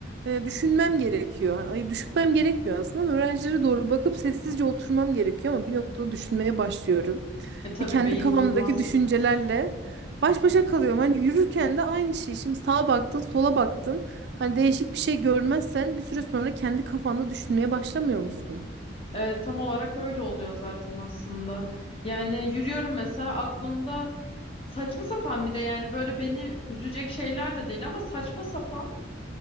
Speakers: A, on the right; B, on the left.
A: e, düşünmem gerekiyor. Ay, düşünmem gerekmiyor aslında ama öğrencilere doğru bakıp sessizce oturmam gerekiyor ama bir noktada düşünmeye başlıyorum.
B: E tabii
A: Ve kendi
B: beyin
A: kafamdaki
B: durmaz.
A: düşüncelerle baş başa kalıyorum. Hani yürürken de aynı şey. Şimdi sağa baktın, sola baktın. Hani değişik bir şey görmezsen bir süre sonra kendi kafanda düşünmeye başlamıyor musun?
B: E, tam olarak öyle oluyor zaten aslında. Yani yürüyorum mesela aklımda saçma sapan bir de yani böyle beni üzecek şeyler de değil ama saçma sapan